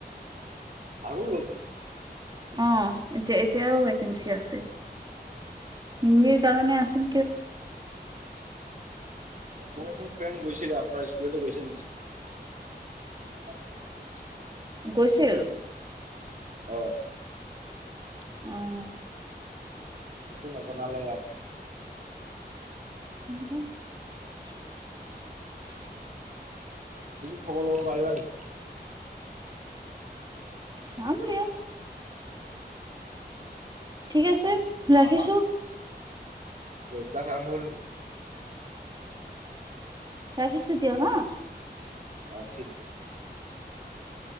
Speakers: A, on the right (about 50°); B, on the right (about 25°).
A: আৰু ল'ব?
B: অহ, এতিয়া-এতিয়াও ভেকেঞ্চি আছে। হিন্দীৰ কাৰণে আছিল।
A: মোৰ এজন ফ্ৰেণ্ড গৈছিলে আপ নাৰ স্কুললৈও গৈছিল, <unintelligible>
B: গৈছিল?
A: অ'।
B: অ'।
A: একো নজনালে আৰু
B: <inaudible>
A: তুমি খবৰ লব পাৰিবা নেকি?
B: চাম দিয়ক ঠিক আছে, ৰাখিছোঁ।
A: হা হা <unintelligible>
B: ৰাখিছ দিয়ক হা
A: অ ঠিক আছে